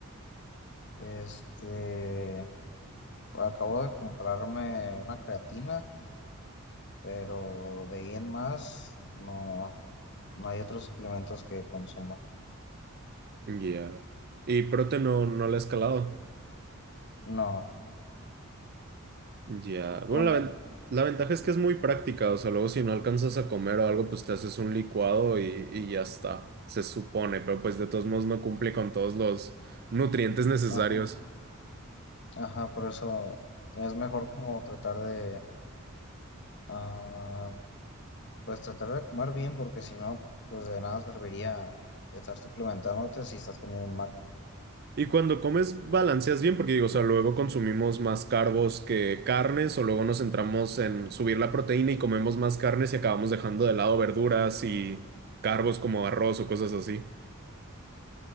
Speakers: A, on the left; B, on the right.
A: Este, acabo de comprarme una creatina, pero de ahí en más, no. No hay otros suplementos que consuma.
B: Ya. ¿Y prote no, no la he escalado?
A: No,
B: Ya,
A: como,
B: Bueno, la, ven- la ventaja es que es muy práctica, o sea, luego si no alcanzas a comer o algo, pues te haces un licuado y, y ya está, se supone, pero pues de todos modos no cumple con todos los nutrientes necesarios.
A: ajá, ajá, por eso es mejor como tratar de, ah, pues tratar de comer bien, porque si no, pues de nada serviría estar suplementándote si estás comiendo mal.
B: Y cuando comes balanceas bien, porque digo, o sea, luego consumimos más carbos que carnes, o luego nos centramos en subir la proteína y comemos más carnes y acabamos dejando de lado verduras y carbos como arroz o cosas así.